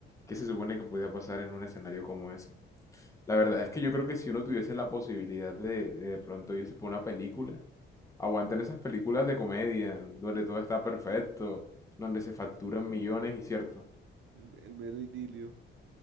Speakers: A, on the left; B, on the right.
A: ¿qué se supone que podía pasar en un escenario como ese? La verdad es que yo creo que si uno tuviese la posibilidad de de, de pronto irse por una película, aguantan esas películas de comedia, donde todo está perfecto, donde se facturan millones y cierto,
B: El, el mero idilio.